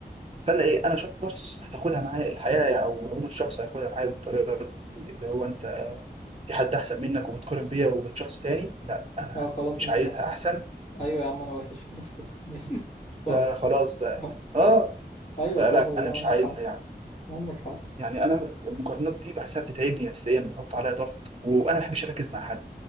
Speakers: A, on the right (about 35°); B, on the left (about 40°).
A: فانا ايه انا شخص هتاخدها معايا الحياه يعني، او عموما الشخص هياخدها معايا بالطريقه دي، اللي هو انت في حد احسن منك وبتقارن بيا وبين شخص تاني لا انا
B: اه خلاص
A: مش
B: انت
A: عايزها احسن
B: ايوه يا عم انا وحش خلاص فكك مني <laughs> صح
A: فخلاص بقى
B: آه.
A: اه
B: ايوه
A: فلا
B: صح والله
A: انا مش
B: عندك
A: عايزها
B: حق
A: يعني
B: عندك حق
A: يعني انا المقارنات دي بحسها بتتعبني نفسيا بتحط عليا ضغط وانا ما بحبش اركز مع حد